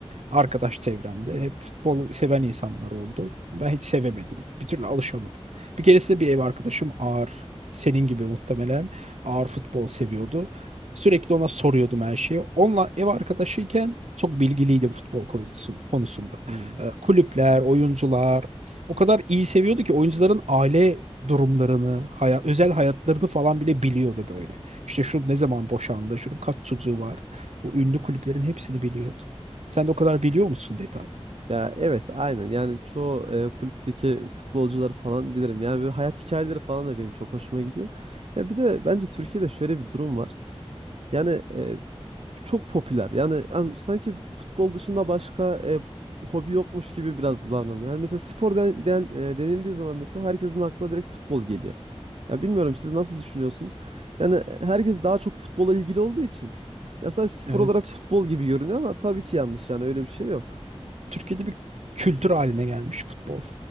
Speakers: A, on the right (about 80°); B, on the right (about 65°).
A: Arkadaş çevremde hep futbol seven insanlar oldu. Ben hiç sevemedim. Bir türlü alışamadım. Bir keresinde bir ev arkadaşım ağır, senin gibi muhtemelen ağır futbol seviyordu. Sürekli ona soruyordum her şeyi. Onunla ev arkadaşıyken çok bilgiliydim futbol konusun- konusunda.
B: Hmm.
A: Ee, Kulüpler, oyuncular o kadar iyi seviyordu ki oyuncuların aile durumlarını, hayat, özel hayatlarını falan bile biliyordu böyle. İşte şu ne zaman boşandı, şunun kaç çocuğu var. Bu ünlü kulüplerin hepsini biliyordum. Sen de o kadar biliyor musun detay?
B: Ya evet aynen yani çoğu e, kulüpteki futbolcuları falan bilirim. Yani böyle hayat hikayeleri falan da benim çok hoşuma gidiyor. Ya bir de bence Türkiye'de şöyle bir durum var. Yani e, çok popüler. Yani, an- sanki futbol dışında başka e, hobi yokmuş gibi biraz davranıyor. Yani mesela spor den, den- e, denildiği zaman mesela herkesin aklına direkt futbol geliyor. Ya bilmiyorum siz nasıl düşünüyorsunuz? Yani e, herkes daha çok futbola ilgili olduğu için ya sadece spor
A: Evet.
B: olarak futbol gibi görünüyor ama tabii ki yanlış yani öyle bir şey yok.
A: Türkiye'de bir kültür haline gelmiş futbol.